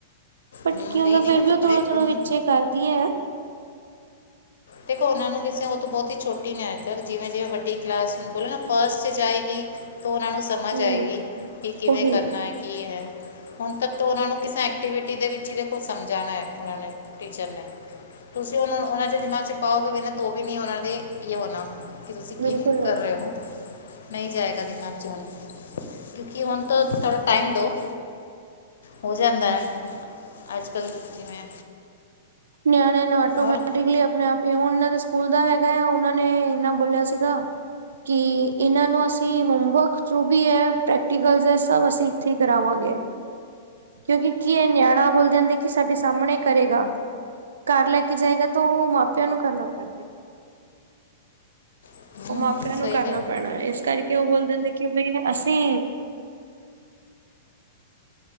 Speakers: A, on the right; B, on the left.
A: ਬਟ
B: ਹੂੰ
A: ਕੀ ਹੁੰਦਾ
B: ਨਹੀਂ ਨਹੀਂ
A: ਫੇਰ
B: ਉਹ ਤਾਂ
A: ਵੀ ਓ ਥੋੜ੍ਹਾ-ਥੋੜ੍ਹਾ
B: ਇਹ ਉਨ
A: ਵਿੱਚੇ ਕਰਦੀ ਐ।
B: ਦੇਖੋ ਓਨਾਂ ਨੂੰ ਕਿਸੇ ਓ ਤੋਂ ਬੋਤ ਈ ਛੋਟੀ ਐ, ਜਿਵੇਂ-ਜਿਵੇ ਵੱਡੀ ਕਲਾਸ ਹੁਨ ਬੋਲੇ ਨਾ ਫਸਟ 'ਚ ਜਾਏਗੀ। ਤੋਂ ਓਨਾਂ ਨੂੰ ਸਮਝ
A: ਹੂੰ
B: ਆਏਗੀ ਕਿ ਕਿਵੇਂ
A: ਉਹੀ
B: ਕਰਨਾ ਐ, ਕੀ ਐ। ਹੁਨ ਤੱਕ ਤੋਂ ਓਨਾਂ ਨੂੰ ਕਿਸੇ ਐਕਟੀਵਿਟੀ ਦੇ ਵਿੱਚ ਈ ਦੇਖੋ ਸਮਝਾਨਾ ਐ ਓਨਾਂ ਨੇ ਟੀਚਰ ਨੇ। ਤੁਸੀਂ ਓਨਾਂ ਨੂੰ, ਓਨਾਂ ਦੇ ਦਿਮਾਗ 'ਚ ਪਾਓਗੇ ਵੀ ਨਾ ਤੋਂ ਵੀ ਨੀ ਓਨਾਂ ਦੇ ਯੇ ਹੋਨਾ। ਕਿ ਤੁਸੀਂ
A: ਬਿਲਕੁਲ
B: ਕੀ ਕਰ ਰੇ ਹੋ। ਨਈ ਜਾਏਗਾ ਦਿਮਾਗ 'ਚ ਹੁਨ ਕਿਉਂਕਿ ਹੁਨ ਤੋਂ ਥੋੜ੍ਹਾ ਟਾਈਮ ਦੋ। ਹੋ ਜਾਂਦਾ ਐ ਅੱਜ-ਕੱਲ ਜਿਵੇਂ
A: ਨਿਆਣਿਆਂ ਨੇ ਆਟੋਮੈਟਿਕਲੀ
B: ਔਰ
A: ਅਪਨੇ ਆਪ ਵੀ ਹੁਨ ਏਨਾਂ ਦੇ ਸਕੂਲ ਦਾ ਹੈਗਾ ਆ, ਓਨਾਂ ਨੇ ਏਨਾ ਬੋਲਿਆ ਸੀਗਾ। ਕਿ ਇਨਾਂ ਨੂੰ ਅਸੀਂ ਹੋਮਵਰਕ ਜੋ ਵੀ ਐ, ਪ੍ਰੈਕਟੀਕਲਸ ਐ ਸਭ ਅਸੀਂ ਏਥੇ ਈ ਕਰਾਵਾਂਗੇ। ਕਿਉਂਕਿ ਕੀ ਐ ਨਿਆਣਾ ਬੋਲ ਜਾਂਦੇ ਕਿ ਸਾਡੇ ਸਾਹਮਣੇ ਕਰੇਗਾ। ਘਰ ਲੈ ਕੇ ਜਾਏਗਾ ਤਾਂ ਓ ਮਾਂ-ਪਿਓ ਨੂੰ ਕਰਨਾ ਪੈਣਾ।
B: ਹਮ
A: ਓ ਮਾਪਿਆਂ
B: ਨਹੀਂ ਸਹੀ
A: ਨੂੰ ਕਰਨਾ
B: ਗੱਲ ਹੈ
A: ਪੈਣਾ ਇਸ ਕਰਕੇ ਓ ਬੋਲ ਦੇਂਦੇ ਕਿ ਬਈ ਅਸੀਂ